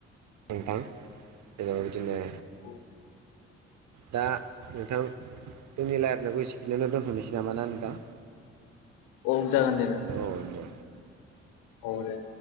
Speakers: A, on the right; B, on the left.
A: नोंथां <unintelligible> बिदिनो
B: <unintelligible>
A: दा नोंथां जोंनि रालायनायखौ एसेखियावनो दोन्थ'नोसै नामा ना नोंथां
B: औ जागोन दे नों
A: औ दे
B: औ दे